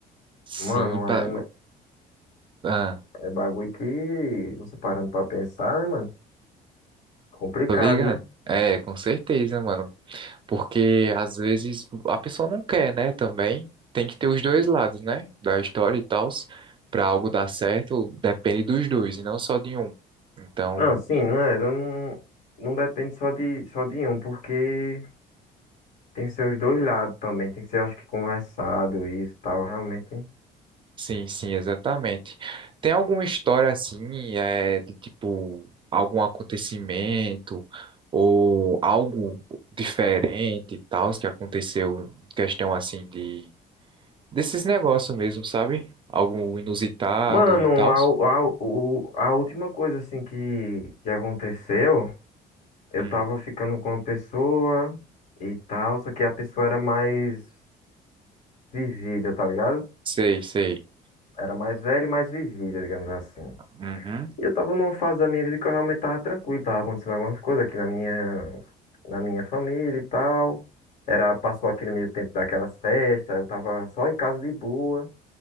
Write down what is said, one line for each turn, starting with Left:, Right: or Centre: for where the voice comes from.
Right: Sim,
Left: Mano,
Right: pa...
Left: é,
Right: ah,
Left: é bagulho que você parando pra pensar, né, mano? Complicado,
Right: tô ligado.
Left: né?
Right: É, com certeza, mano. Porque às vezes a pessoa não quer, né? Também tem que ter os dois lados, né? Da história e tal. Pra algo dar certo, depende dos dois e não só de um. Então.
Left: Não, sim, não é, não, não depende só de, só de um, porque tem seus dois lados também, tem que ser, acho que, conversado isso e tal, realmente.
Right: Sim, sim, exatamente. Tem alguma história assim, é, de tipo, algum acontecimento ou algo diferente e tal que aconteceu em questão assim de desses negócios mesmo, sabe? Algo inusitado
Left: Mano,
Right: e tal?
Left: a, u- a, u- o- a última coisa assim que, que aconteceu, eu
Right: Hum,
Left: tava ficando com uma pessoa e tal, só que a pessoa era mais vivida, tá ligado?
Right: sei, sei.
Left: Era mais velha e mais vivida, digamos assim.
Right: Uhum,
Left: E eu tava numa fase da minha vida que eu realmente tava tranquilo, tava acontecendo algumas coisas aqui na minha, na minha família e tal. Era, passou aquele meio tempo daquelas festas, eu tava só em casa de boa